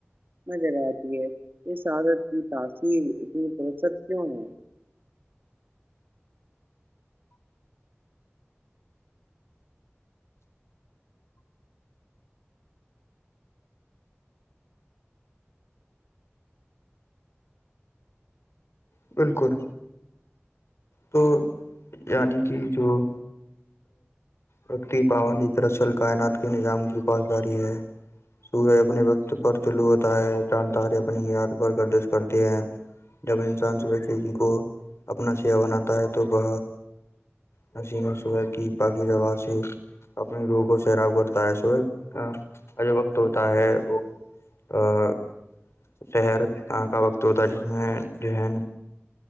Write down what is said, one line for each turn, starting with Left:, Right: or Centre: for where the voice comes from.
Right: نظر آتی ہے اس عادت کی تاثیر اتنی پرسر کیوں ہے
Left: بالکل تو یعنی کہ جو <unintelligible> رکتی پابندی دراصل کائنات کے نظام کی پاس جاریی ہے سہے اپنے وقت پر طلو ہوتا ہے جان تاری اپنی میاد پر گردش کرتی ہیں جب انسان سب کے جی کو اپنا سیا بناتا ہے تو وہ نسیم و صہ کی پا کی دوا سے اپنی روح کو سیراب کرتا ہے صبح جو وقت ہوتا ہے وہ ا شہر کا وقت ہوتا ہے جس میں جو ہے